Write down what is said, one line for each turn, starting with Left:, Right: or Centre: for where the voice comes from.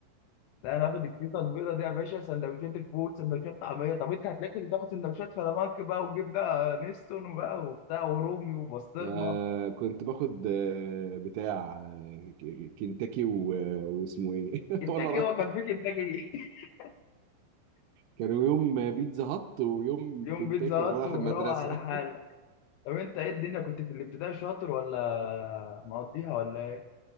Left: لا انا اخد الكيسه البيضه دي يا باشا سندوتشات الفول سندوتشات طعميه طب انت هتلاقيك كنت تاخد سندوتشات فلامنك بقى وجبنه نستون وبقى وبتاع ورومي وبسطرمه
Right: فكنت باخد آه، بتاع آه، ك- كنتاكي و- واسمه ايه <laughs>
Left: كنتاكي
Right: وانا رايح
Left: هو كان في كنتاكي <laughs>
Right: كانوا يوم بيتزا هات ويوم
Left: يوم
Right: كنتاكي
Left: بيتزا هات
Right: وانا رايح
Left: ومروق
Right: المدرسه
Left: على حالك طب انت ايه الدنيا كنت في الابتدائي شاطر ولا مقضيها ولا